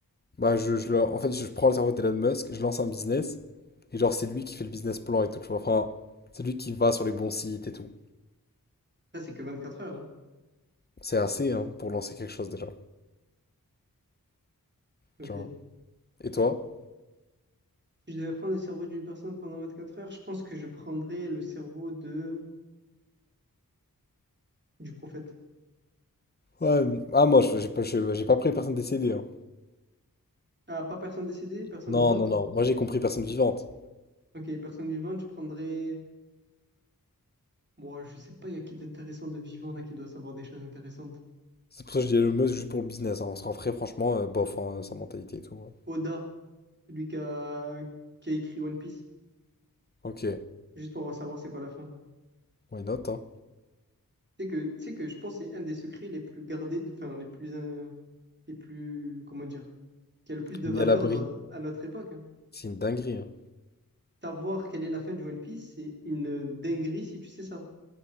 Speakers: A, on the left (about 25°); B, on the right (about 30°).
A: Bah, je, je le- en fait, je prends le cerveau d'Elon Musk, je lance un business, et genre, c'est lui qui fait le business plan et tout, tu vois. Enfin, c'est lui qui va sur les bons sites et tout.
B: Ça, c'est que 24 heures, hein.
A: C'est assez, hein, pour lancer quelque chose déjà,
B: Ok.
A: tu vois. Et toi?
B: Si je devais prendre le cerveau d'une personne pendant 24 heures, je pense que je prendrais le cerveau de du prophète.
A: Ouais, ah moi je- j'ai pas, je- j'ai pas pris personne décédée. hein.
B: Ah, pas personne décédée, personne
A: Non,
B: vivante?
A: non, non, moi j'ai compris personne vivante.
B: Ok, personne vivante, je prendrais... Moi, je sais pas, il y a qui d'intéressant de vivant là qui doit savoir des choses intéressantes.
A: C'est pour ça que je dis Elon Musk juste pour le business, hein, parce qu'en vrai franchement, euh, bof, hein, sa mentalité et tout. ouais.
B: Oda, celui qui a, qui a écrit One Piece,
A: Ok,
B: juste pour savoir c'est quoi la fin.
A: why not, hein.
B: Tu sais que, tu sais que je pense que c'est un des secrets les plus gardés, de- enfin les plus... euh, les plus... comment dire? Qui a le plus de
A: Mis
B: valeur
A: à l'abri,
B: dans- à notre époque. hein.
A: c'est une dinguerie. hein.
B: Savoir quelle est la fin du One Piece, c'est une dinguerie si tu sais ça.